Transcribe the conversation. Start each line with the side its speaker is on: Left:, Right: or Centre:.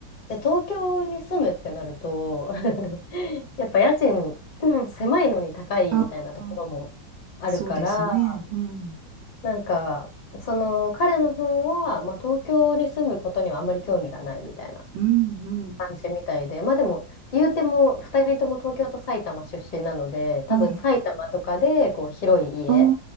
Left: で、東京に住むってなると <laughs> やっぱ家賃、うん狭いのに高いみたいなところもあるから、
Right: ああ、そうですね。うん。
Left: なんか、その彼の方は、まあ、東京に住むことにはあまり興味がないみたいな
Right: うんうん。
Left: 感じみたいで、まあでも、言うても2人とも東京と埼玉出身なので、
Right: はい。
Left: 多分埼玉とかでこう広い家
Right: あ